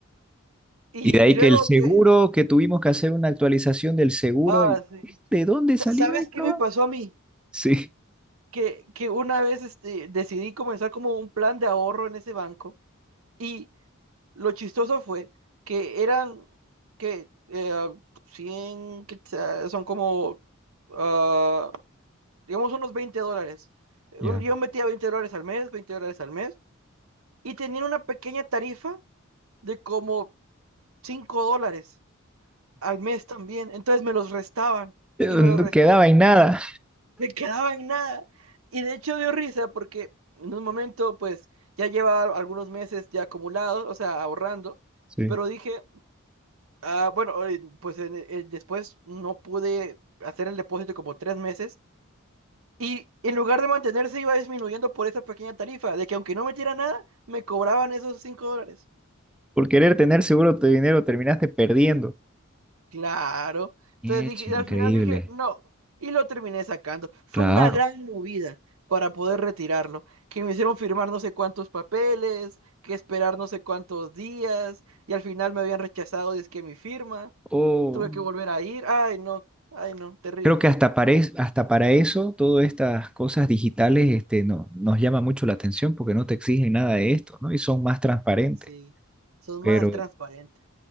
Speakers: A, on the right; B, in the centre.
A: Y,
B: Y de ahí
A: y luego
B: que el seguro,
A: que,
B: que tuvimos que hacer una actualización del seguro.
A: ah,
B: y,
A: sí.
B: ¿De dónde
A: Sa-
B: salió
A: ¿Sabes
B: esto?
A: qué me pasó
B: <laughs>
A: a mí?
B: Sí,
A: que, que una vez este, decidí comenzar como un plan de ahorro en ese banco y lo chistoso fue que eran que eh, 100, que sea, son como, ah, digamos, unos 20 dólares.
B: Ya.
A: Un- Yo metía 20 dólares al mes, 20 dólares al mes y tenían una pequeña tarifa de como cinco dólares al mes también. Entonces me los restaban
B: eh, no
A: y me los restaban
B: quedaba en nada.
A: me quedaba en nada. Y de hecho dio risa porque en un momento, pues, ya llevaba algunos meses ya acumulados, o sea, ahorrando,
B: Sí.
A: pero dije, ah, bueno, eh, pues en- eh, después no pude hacer el depósito como tres meses y en lugar de mantenerse iba disminuyendo por esa pequeña tarifa, de que aunque no metiera nada, me cobraban esos cinco dólares.
B: Por querer tener seguro tu dinero terminaste perdiendo.
A: Claro. Entonces
B: Es
A: dije,
B: increíble.
A: y al final dije, no, y lo terminé sacando. Fue
B: Claro.
A: una gran movida para poder retirarlo, que me hicieron firmar no sé cuántos papeles, que esperar no sé cuántos días, y al final me habían rechazado y es que mi firma,
B: Oh.
A: tuve que volver a ir. Ay, no, ay, no, terrible.
B: Creo que hasta para, es- hasta para eso, todas estas cosas digitales, este, no, nos llama mucho la atención porque no te exigen nada de esto, ¿no? Y son más transparentes.
A: Sí, son
B: Pero
A: más transparentes.